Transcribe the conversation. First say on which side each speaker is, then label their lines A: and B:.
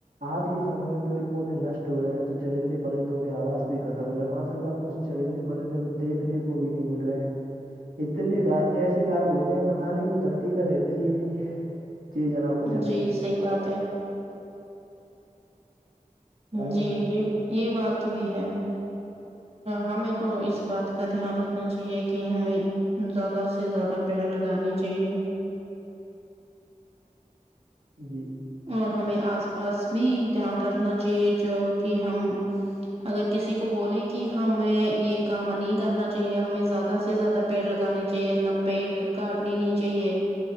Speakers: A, on the right; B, on the right.
A: آج کےمے میں پیڑ پودے نشٹ ہو رہے ہیں تو چرندے پرندوں کے آواز بھی ختم ہو رہے ہیں ماشاء اللہ کچھ چرندے پرندے تو دیکھ سکھنے کو بھی نہیں مل رہا اتنے گ ایسے گائب ہو گئے ہیں پتا نہیں وہ دھرتی پہ رہتے یہ نہیں جی جناب کو
B: جی صحی بات ہے
A: فرمائیں
B: جی یہ یہ بات بھی ہے ہمیں تو اس بات کا دھیان رکھنا چاہیے کہ ہمیں زیادہ سے زیادہ پیڑ لگانانی چاہیے
A: جی
B: اور ہمیں آس پاس بھی دھیان رکھنا چاہیے جو کہ ہم اگر کسی کو بولیں کہ ہمیں یہ کام نہیں کرنا چاہیے ہمیں زیادہ سے زیادہ پیڑ لگانے چاہیے نہ پیڑ کاٹنے نہیں چاہیے